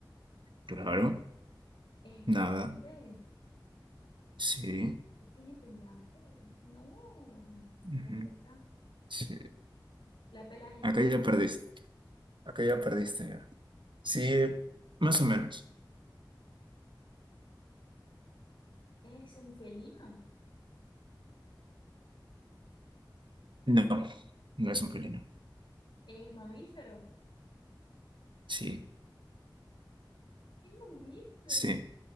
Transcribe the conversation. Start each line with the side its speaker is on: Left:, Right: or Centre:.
Right: Claro.
Left: Es grande.
Right: Nada. Sí.
Left: Tiene pelaje. No,
Right: Ujú.
Left: déjame pensar.
Right: Sí.
Left: La pelaje
Right: Acá
Left: es grande.
Right: ya perdiste. Acá ya perdiste ya. Sí, más o menos.
Left: Es un felino.
Right: No, no es un felino.
Left: Es mamífero.
Right: Sí,
Left: Es mamífero.
Right: sí.